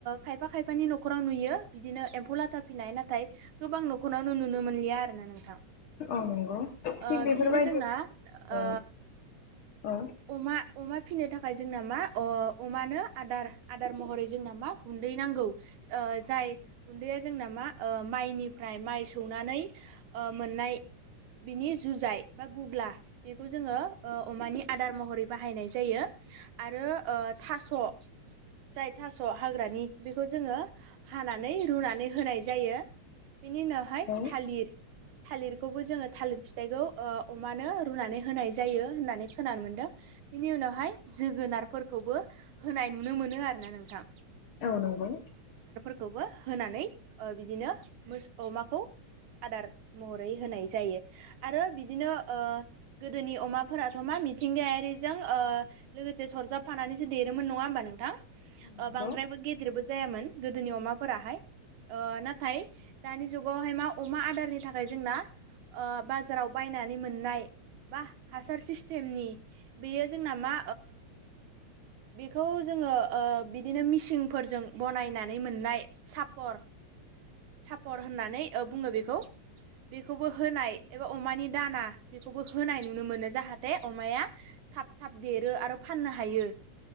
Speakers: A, on the right (about 80°); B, on the left (about 55°).
A: खायफा खायफानि न'खराव नुयो बिदिनो एम्फौ लाथा फिनाय नाथाय गोबां नखर <unintelligible> नुनो मोनलिया आरो ना नोंथां
B: औ नंगौ थिग
A: ओ
B: बेफोरबायदिनो
A: बिदिनो जोंना ओ
B: औ औ
A: अमा अमा फिसिनो थाखाय जोंना मा अमानो आदार आदार महरै जोंना मा गुन्दै नांगौ जाय गुन्दैया जोंना मा माइनिफ्राय माइ सौनानै मोननाय बिनि जुजाइ बा गुग्ला बेखौ जोंङो अमानि आदार महरै बाहायनाय जायो आरो ओ थास' जाय थास' हाग्रानि बेखौ जोंङो हानानै रुनानै होनाय जायो बेनि उनावहाय
B: औ
A: थालिर थालिरखौबो जोंङो थालिर फिथाइखौ अमानो रुनानै होनाय जायो । जायो होननानै खोनानो मोनदों बिनि उनावहाय जोगोनारफोरखौबो होनाय नुनो मोनो आरो नोंथां
B: औ नंगौ
A: खौबो होनानै बिदिनो अमाखौ आदार महरै होनाय जायो आरो बिदिनो गोदोनि अमाफोराथ' मा मिथिंगायारिजों लोगोसे सरजाबफानानैसो देरोमोन नंङा होमबा नोंथां
B: नंगौ
A: बांद्रायबो गेदेरबो जायामोन गोदोनि अमाफोराहाय नाथाय दानि जुगावहाय मा अमा आदारनि थाखाय जोंना बाजाराव बायनानै मोननाय बा हासार सिस्टेमनि बेयो जोंना मा बेखौ जोंङो बिदिनो मिसिंफोरजों बनायनानै मोननाय सापर सापर होननानै बुंङो बेखौ बेखौबो होनाय एबा अमानि दाना बेखौबो होनाय नुनो मोनो जाहाथे अमाया थाब थाब देरो आरो फाननो हायो ।